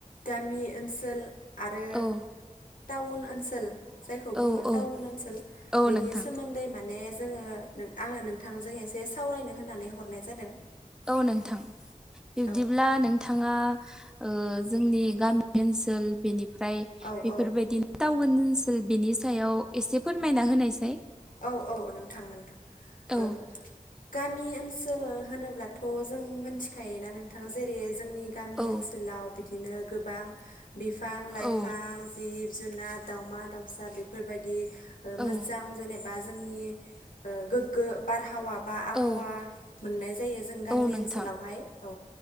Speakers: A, on the left; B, in the centre.
A: गामि ओनसोल आरो
B: औ
A: टाउन ओनसोल जायखौ बुङो
B: औ औ
A: टाउन ओनसोल
B: औ
A: बेनि
B: नोंथां
A: सोमोन्दै मा ने जोङो आङो नोंथांजों एसे सावरायनो होननानै हरनाय जादों।
B: औ नोंथां बिबदिब्ला
A: औ
B: नोंथाङा ओ जोंनि गामि ओनसोल बेनिफ्राय
A: औ
B: बेफोरबायदिनो
A: औ
B: टाउन ओन सोल बिनि सायाव एसे फोरमायना होनायसाय।
A: औ औ नोंथां, नोंथां
B: औ
A: ओ गामि ओनसोल होनोब्लाथ' जों मिनथिखायोना नोंथां जेरै- जोंनि गामि
B: औ
A: ओनसोलाव बिदिनो गोबां बिफां-लाइफां,
B: औ
A: जिब जुनार, दावउमा-दाउसा बेफोरबायदि ओ मोजां
B: औ
A: बा जोंनि ओ गोग्गो बारहावा बा आबहावा
B: औ
A: मोननाय जायो जों गामि
B: औ नोंथां
A: ओनसोलावहाय। औ‌